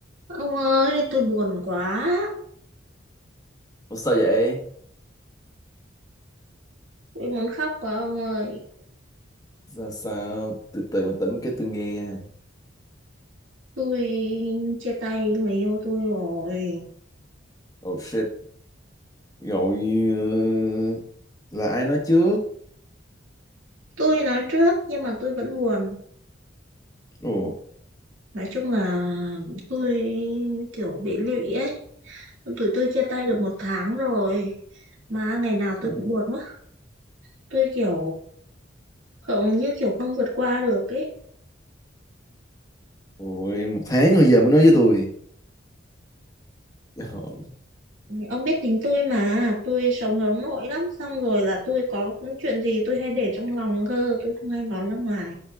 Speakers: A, on the right; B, on the left.
A: Ông ơi, tôi buồn quá.
B: Ủa sao vậy?
A: Tôi muốn khóc quá ông ơi.
B: Sao sao? Từ từ bình tĩnh cái tôi nghe.
A: Tôi chia tay người yêu tôi rồi.
B: Oh shit. Rồi ờ, là ai nói trước?
A: Tôi nói trước nhưng mà tôi vẫn buồn.
B: Ồ,
A: Nói chung là tôi kiểu bị lụy ấy. Tụi tôi chia tay được một tháng rồi. Mà ngày nào
B: cũng
A: tôi cũng buồn quá. Tôi kiểu không như kiểu không vượt qua được ấy.
B: ôi, một tháng rồi giờ mới nói với tôi. <laughs> Ồ,
A: Ông biết tính tôi mà. Tôi sống hướng nội lắm. Xong rồi là tôi có chuyện gì tôi hay để trong lòng cơ. Tôi không hay nói ra ngoài.